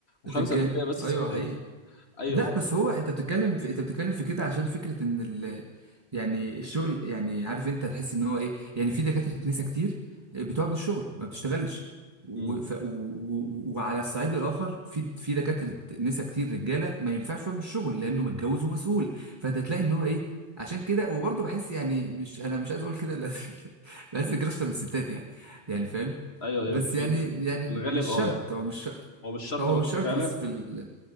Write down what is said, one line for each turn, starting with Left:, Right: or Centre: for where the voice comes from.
Left: و5%
Right: رجاله
Left: بس
Right: ايوه
Left: ستات
Right: حقيقي
Left: ايوه
Right: لا
Left: ف
Right: بس هو انت بتتكلم في انت بتتكلم في كده عشان فكره ان ال... يعني الشغل يعني عارف انت تحس ان هو ايه يعني في دكاتره نساء كتير بتقعد من الشغل ما بتشتغلش وف...
Left: مم.
Right: و... و... وعلى الصعيد الاخر في في دكاتره نساء كتير رجاله ما ينفعش يقعد من الشغل لانه متجوز ومسؤول فانت تلاقي ان هو ايه عشان كده وبرضه بحس يعني مش انا مش عايز اقول كده لا <laughs> بحس كراشة بالستات يعني يعني فاهم
Left: ايوه ايوه
Right: بس
Left: في
Right: يعني
Left: في
Right: يعني
Left: في الغالب
Right: مش
Left: اه
Right: شرط
Left: يعني
Right: هو مش شرط
Left: هو مش شرط
Right: هو
Left: برضه
Right: مش شرط
Left: فعلا
Right: بس في ال...